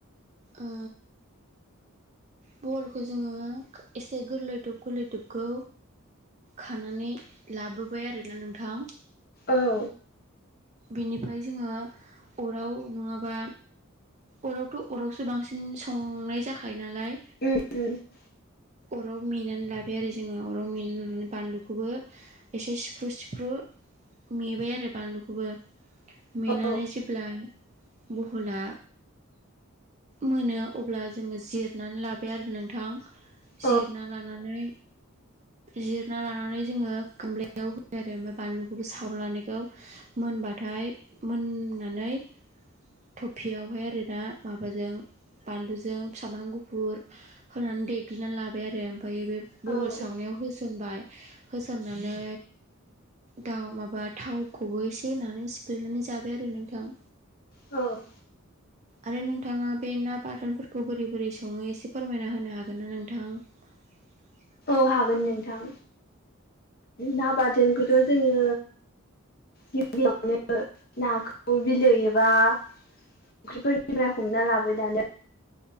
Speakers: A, on the right; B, on the left.
A: ओ बहलखौ जोङो एसे गोरलैदब गोरलैदबखौ खानानै लाबोबाय आरोना नोंथां
B: औ
A: बेनिफ्राय जोङो अराव नङाबा अरावथ अरावसो बांसिन संनाय जाखायो नालाय
B: औ
A: अराव मेनानै लाबाय आरो जोङो अराव मेनानै लानानै बानलुखौबो एसे सिफ्रु सिफ्रु मेबाय आरो बानलुखौबो मेनानै
B: औ
A: जेब्ला बहला मोनो अब्ला जोङो जिरनानै लाबाय आरो नोंथां।
B: औ
A: जिरना लानानै जिरना लानानै जोङो गामब्लायाव होयो आरो ओमफाय बानलुखौबो सावना लानायखौ मोनबाथ ओफ्राय मोननानै थफियावहाय आरोना माबाजों बानलुजों सामब्राम गुफुर होनानै देग्लिनानै लाबाय आरो ओमफ्राय बे
B: औ
A: बहल सावनायाव होसनबाय होसननानै द माबा थावखौबो एसे होनानै सिफ्लेनानै जाबाय आरो नोंथां
B: औ
A: आरो नोंथाङा बे ना बाथोनफोरखौ बोरै बोरै सङो एसे फोरमायना होनो हागोन ना नोंथां? ‌ <inaudible>
B: औ हागोन नोंथां ना बाथोनखौथ' जोङो गिबियावनो नाखौ बिलो एबा फुख्रिफोरनिफ्राय हमना लाबोनै